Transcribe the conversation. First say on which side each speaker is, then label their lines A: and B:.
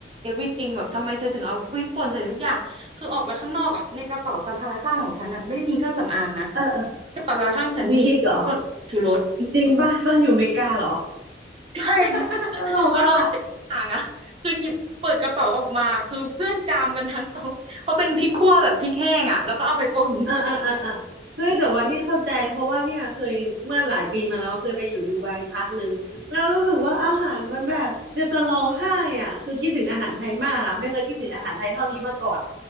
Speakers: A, on the right; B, on the right.
A: everything แบบทำไมเธอถึงเอาพริกป่นใส่ทุกอย่างคือออกไปข้างนอกอ่ะในกระเป๋าสะพายข้างของฉันอ่ะไม่ได้มีเครื่องสำอางนะ
B: เออเออ
A: กระเป๋าสะพายข้างฉันมีพริกป่นชูรส
B: มีพริกเหรอ
A: <laughs>
B: จริงป่ะตอนอยู่อเมริกาเหรอ
A: ใช่
B: <laughs> ตลกอ่ะ
A: เอาโรยต่ข้างหลังอะคือหยิบเปิดกระเป๋าออกมาคือเพื่อนจามกันทั้งโต๊ะเพราะเป็นพริกขั่วแบบพริกแห้งอะแล้วก็เอาไปป่น
B: อ่าอ่าอ่าอ่าเฮ้ยแต่ว่าเนี่ยเข้าใจเพราะว่าเนี่ยเคยเมื่อหลายปีมาแล้วเคยไปอยู่ดูไบพักหนึ่งแล้วรู้สึกว่าอาหารมันแบบจะจะร้องไห้อ่ะคือคิดถึงอาหารไทยมากอ่ะไม่เคยคิดถึงอาหารไทยเท่านี้มาก่อน
A: อืม